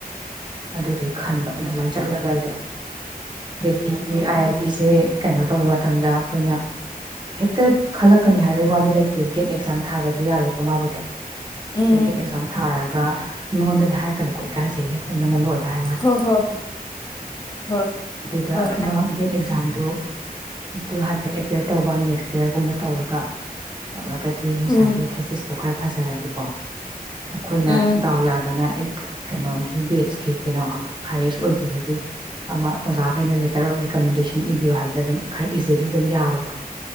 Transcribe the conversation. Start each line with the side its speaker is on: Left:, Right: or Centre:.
Right: ꯑꯗꯨꯗꯤ ꯈꯟꯕ ꯑꯗꯨꯃꯥꯏꯅ ꯆꯠꯂꯒ ꯑꯩꯗꯣ ꯗꯦꯜꯂꯤꯒꯤ ꯑꯥꯏ ꯑꯥꯏ ꯇꯤꯁꯦ ꯀꯩꯅꯣ ꯇꯧꯕ ꯃꯇꯝꯗ ꯑꯩꯈꯣꯏꯅ ꯍꯦꯛꯇ ꯈꯜꯂꯛꯀꯅꯤ ꯍꯥꯏꯕꯩ ꯋꯥꯗꯤ ꯂꯩꯇꯦ ꯒꯦꯠ ꯑꯦꯛꯖꯥꯝ ꯊꯥꯗꯗꯤ ꯌꯥꯔꯣꯏꯀꯣ ꯃꯥꯕꯨꯗꯤ
Left: ꯎꯝ
Right: ꯒꯦꯠ ꯑꯦꯛꯖꯥꯝ ꯊꯥꯔꯒ ꯃꯤꯉꯣꯟꯗꯗꯤ ꯍꯥꯏꯔꯛꯀꯅꯨꯀꯣ ꯏꯀꯥꯏꯖꯩꯍꯦ ꯑꯩ ꯅꯉꯣꯟꯗ ꯑꯣꯏꯕ ꯥꯍꯥꯏ ꯋꯥꯅꯤ
Left: ꯍꯣꯏ ꯍꯣꯏ ꯍꯣꯏ
Right: ꯑꯗꯨꯗ
Left: ꯍꯣꯏ
Right: ꯑꯃ ꯒꯦꯠ ꯑꯦꯛꯖꯥꯝꯗꯣ ꯑꯗꯨ ꯍꯥꯏꯐꯦꯠ ꯑꯦꯄꯤ꯭ꯌꯔ ꯇꯧꯕ ꯅꯦꯠ ꯀꯂꯤꯌ꯭ꯔꯒꯨꯝꯕ ꯇꯧꯔꯒ ꯇꯧꯔꯒꯗꯤ ꯉꯁꯥꯏꯒꯤ
Left: ꯎꯝ
Right: ꯊꯦꯁꯤꯁꯇꯣ ꯈꯔ ꯐꯖꯔꯗꯤꯀꯣ ꯑꯩꯈꯣꯏꯅ
Left: ꯎꯝ
Right: ꯗꯥꯎ ꯌꯥꯗꯅ ꯀꯩꯅꯣꯒꯤ ꯕꯦꯠꯁꯀꯤ ꯀꯩꯅꯣ ꯍꯥꯏꯌꯦꯁ ꯑꯣꯏꯒꯤꯕꯒꯤ ꯑꯃ ꯑꯣꯖꯥꯈꯩꯅ ꯂꯦꯇꯔ ꯑꯣꯐ ꯔꯤꯀꯃꯦꯟꯗꯦꯁꯟ ꯏꯕꯤꯌꯣ ꯍꯥꯏꯕꯗ ꯑꯗꯨꯝ ꯈꯔ ꯏꯖꯤꯂꯤ ꯑꯗꯨꯝ ꯌꯥꯕꯗꯣ